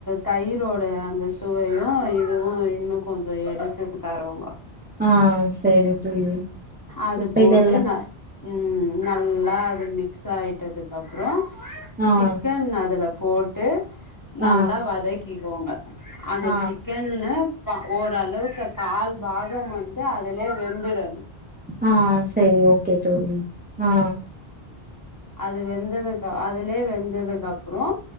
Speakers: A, on the left (about 20°); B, on the right (about 15°).
A: தயிரோட அந்த சுவையு இதுவு இன்னு கொஞ்சொ எடுத்துக் தரோவா
B: ஆ சரி தோழி
A: அது
B: இப்ப
A: போட்டு
B: இதெல்லா
A: ந ம் நல்லா அ மிக்ஸாயிட்டதுக்கப்றோ
B: ஆ
A: சிக்கன் அதுல போட்டு நல்லா
B: ஆ
A: வதகி கோங்க அந்த
B: ஆ
A: சிக்கன்னு ப ஓரளவுக்கு கால் பாகம் வந்து அதுலே வெந்துடணு
B: ஆ சரி ஓகே தோழி ஆ
A: அது வெந்ததுக்க அதுலே வெந்ததுக்கப்றோ